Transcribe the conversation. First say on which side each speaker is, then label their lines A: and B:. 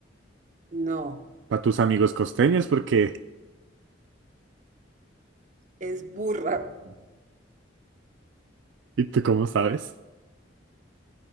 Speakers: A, on the right; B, on the right.
A: no,
B: Para tus amigos costeños, porque...
A: es burra.
B: ¿Y tú cómo sabes?